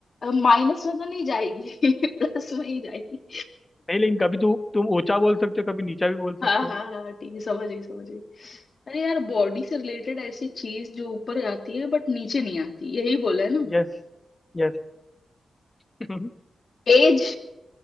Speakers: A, on the left; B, on the left.
A: माइनस में तो नहीं जाएगी <laughs> प्लस में ही जाएगी
B: नहीं लेकिन कभी तू तुम ऊंचा बोल सकते हो कभी नीचा भी बोल सकते
A: हाँ
B: हो
A: हाँ हाँ ठीक है समझ गई समझ गई अरे यार बॉडी से रिलेटेड ऐसी चीज जो ऊपर जाती है बट नीचे नहीं आती यही बोला है ना
B: यस यस <laughs>
A: एज